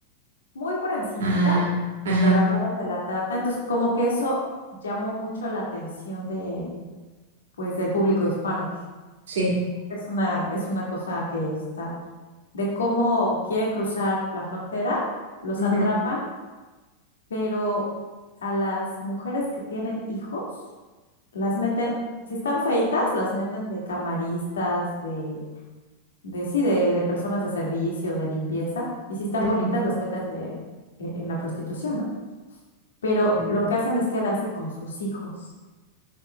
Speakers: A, on the left; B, on the right.
A: muy por encimita,
B: Ah, ajá,
A: pero hablaron de la trata. Entonces, como que eso llamó mucho la atención de, pues, del público hispano.
B: sí.
A: Es una, es una cosa que está, de cómo quieren cruzar la frontera, los
B: Ujú,
A: atrapan, pero a las mujeres que tienen hijos, las meten, si están feitas, las meten de camaristas, de, de sí, de, de personas de servicio, de limpieza, y si están
B: ujú.
A: bonitas, las meten de, e- en la prostitución, ¿no? pero
B: mm,
A: lo que hacen es quedarse con sus hijos